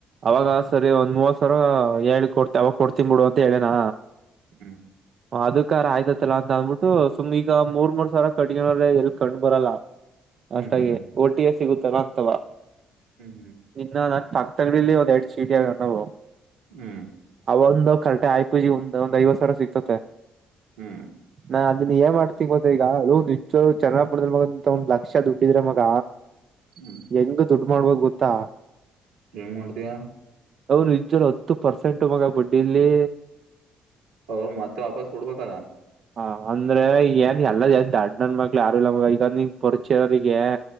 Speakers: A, on the right; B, on the right.
A: ಅವಾಗ ಸರಿ ಒಂದ್ ಮೂವತ್ ಸಾವರ ಹೇಳ ಕೊಡ್ತಿ ಅವಾಗ ಕೊಡ್ತನ್ ಬಿಡು ಅಂತ ಹೇಳೇನಾ
B: ಹ್ಮ್
A: ಅದಕ್ಕಕಾರ ಆಯ್ತತ್ತಲ್ಲ ಅಂತ ಅಂದ್ಬಿಟ್ಟು ಸುಮ್ ಈಗ ಮೂರ್ ಮೂರ್ ಸಾವಿರ ಕಡಿಗನವ್ರ ಎಲ್ಲಿ ಕಂಡ್ ಬರಲ್ಲ
B: ಹ್ಮ್
A: ಅಷ್ಟಾಗಿ
B: ಹ್ಮ್
A: ಓಟಿ ಎ ಸಿಗುತ್ ತರ ಆಗ್ತವಾ
B: ಹ್ಮ್
A: ಇದ್ನ ನಾ ಪಕ್ಕ ತಂಗಡಡಿಲಿ ಒಂದ್ ಎರಡ್ಡು ಚೀಟಿ ಆ ನಾವು
B: ಹ್ಮ್
A: ಒಂದು ಕಂಟೆ ಆಯ್ಪುಜಿ ಒಂದ ಒಂದ್ ಐವತ್ತು ಸರ ಸಿಗ್ತತೆ
B: ಹ್ಮ್
A: ನ ಅ ಅನ್ನ ಏನ್ ಮಾಡ್ತಿ ಬೋ ಈಗ ಅದು ನಿಜರು ಚನ್ನ್ ಬಡಂತ <unintelligible> ಪಕ್ಷ ದುಡ್ಡಿದ್ರೆ ಮಗ
B: ಹ್ಮ್
A: ಎಂಗ ದುಡ್ ಮಾಡ್ಬೋದು ಗೊತ್ತಾ
B: ಹೆಂಗ್ ಮಾಡ್ತೀಯಾ
A: ಅವನು ನಿಜರು ಹತ್ತು ಪರ್ಸೆಂಟ್ ಮಗ ಬಡ್ಡಿ ಇಲ್ಲಿ
B: ಅವರು ಮತ್ತೆ ವಾಪಸ್ ಕೊಡ್ಬೇಕಲ್ಲ
A: ಹ ಅಂದ್ರೆ ಏನ್ ಎಲ್ಲ ಜಾಸ್ತಿ ದಡ್ ನನ್ ಮಕ್ಲಿ ಯಾರು ಇಲ್ಲ ಮ ಈಗ ನೀ ಪರಿಚಯರಿಗೆ